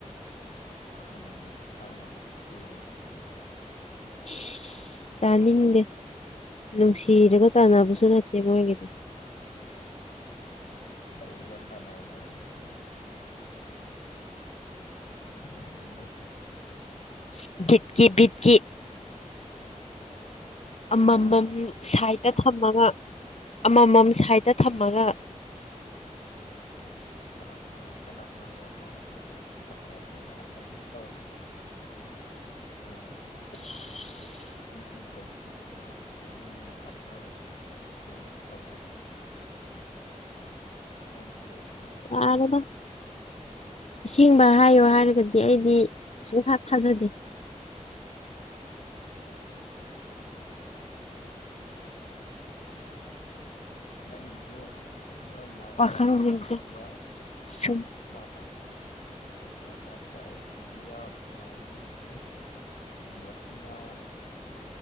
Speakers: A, on the left; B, on the left.
A: ꯈꯨꯟꯒꯤ ꯄꯈꯪꯅ ꯂꯣꯢ ꯀꯦꯜꯂꯤꯗꯨꯗꯤ
B: ꯏꯁ ꯇꯥꯅꯤꯡꯗꯦ ꯅꯨꯡꯁꯤꯔꯒ ꯀꯟꯅꯕꯁꯨ ꯅꯠꯇꯦ ꯃꯣꯏꯒꯤꯗꯨꯗꯤ
A: <unintelligible> ꯅꯨꯡꯁꯤꯕꯩ
B: <unintelligible> ꯑꯃꯃꯝ
A: ꯀꯅꯥꯅꯣ
B: ꯁꯥꯏꯠꯇ ꯊꯝꯃꯒ ꯑꯃꯃꯝ ꯁꯥꯏꯠꯇ ꯊꯝꯃꯒ
A: ꯀꯅꯥ ꯀꯅꯥꯅ ꯅꯪꯕꯨ ꯄꯤꯛ ꯇꯧꯔꯒꯦꯕ ꯑꯩ ꯇꯧꯒꯦꯁꯦ ꯃꯤ
B: <inaudible>
A: <unintelligible> <inaudible> <unintelligible> ꯑꯩ ꯂꯩꯌꯦ
B: ꯌꯥꯔꯦꯗ ꯑꯁꯦꯡꯕ ꯍꯥꯏꯌꯣ ꯍꯥꯏꯔꯒꯗꯤ ꯑꯩꯗꯤ ꯁꯨꯡꯊꯥ ꯊꯥꯖꯗꯦ
A: ꯅꯪꯒꯤꯁꯦ <unintelligible>
B: ꯄꯥꯈꯪꯁꯤꯡꯁꯦ ꯁꯨꯝ
A: <inaudible> ꯀꯤꯕꯃ ꯌꯥꯎꯋꯤꯍꯦ